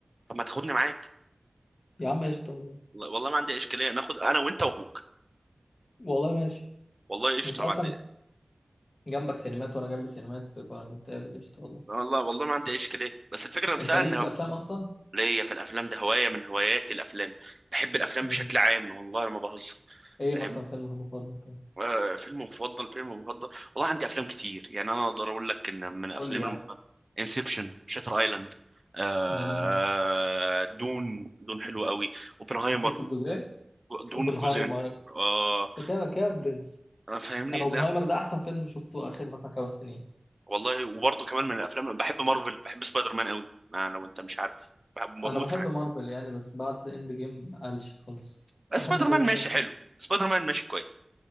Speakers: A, on the right; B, on the left.
A: طب ما تاخدني معاك
B: يا عم قشطة والله
A: والله والله ما عندي أي اشكاليه ناخد انا وانت واخوك
B: والله ماشي
A: والله قشطه
B: انت اصلا
A: ما عندي
B: جنبك سينمات وانا جنبي سينمات يبقى نتقابل قشطه والله
A: والله والله ما عندي أي اشكاليه بس الفكره نفسها
B: انت ليك
A: ان
B: في الافلام اصلا
A: ليا في الافلام ده هوايه من هواياتي الافلام بحب الافلام
B: مم.
A: بشكل عام والله انا ما بهزر
B: ايه
A: فاهم
B: مثلا فيلمك المفضل كان
A: آه فيلم مفضل فيلم مفضل والله عندي افلام كتير يعني انا اقدر اقول لك ان من افلام
B: قول لي
A: المف...
B: واحد
A: انسبشن شاتر ايلاند آه
B: مم.
A: دون دون حلو قوي اوبنهايمر
B: شفت الجزئين
A: دون
B: اوبنهايمر
A: جزئين آه
B: كده كده برنس
A: آه، فاهمني
B: انا اوبنهايمر
A: لا
B: ده احسن فيلم شفته اخر مثلا خمس سنين
A: والله وبرضه كمان من الافلام بحب مارفل بحب سبايدر مان قوي ما لو انت مش عارف بحب
B: انا
A: بموت
B: بحب
A: في حاجه
B: مارفل يعني بس بعد اند جيم قالش خالص
A: بس
B: بحب
A: سبايدر
B: سبايدر
A: مان ماشي
B: مان
A: حلو
B: ده.
A: سبايدر مان ماشي كويس